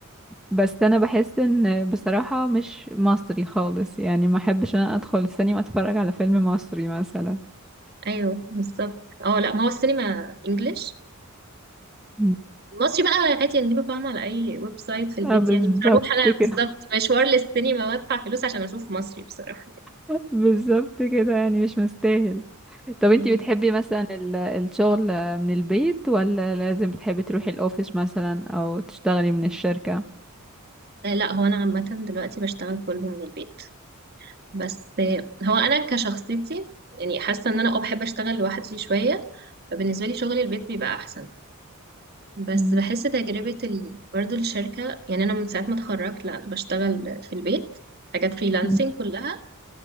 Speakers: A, in the centre; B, on the right (about 45°).
A: بس انا بحس ان بصراحة مش مصري خالص يعني ما احبش ان انا ادخل السينما اتفرج على فيلم مصري مثلا
B: أيوه بالظبط اه لأ ما هو السينما إنجلش
A: مم.
B: المصري بقى عادي نجيبه فاهمة على أي ويب سايت في البيت
A: اه بالظبط
B: يعني مش هروح أنا
A: كده
B: بالظبط مشوار للسينما وأدفع فلوس عشان أشوف مصري بصراحة
A: <laughs> بالظبط كده يعني مش مستاهل طب انتي
B: يعني
A: بتحبي مثلا ال- الشغل من البيت ولا لازم بتحبي تروحي الاوفيس مثلا او تشتغلي من الشركة
B: آه، لا هو أنا عامة دلوقتي بشتغل كله من البيت بس آه، هو أنا كشخصيتي يعني حاسة إن أنا أه بحب أشتغل لوحدي شوية فبالنسبة لي شغل البيت بيبقى أحسن بس
A: مم.
B: بحس تجربة ال... برضه الشركة يعني أنا من ساعة ما اتخرجت لا بشتغل في البيت حاجات فريلانسنج
A: مم.
B: كلها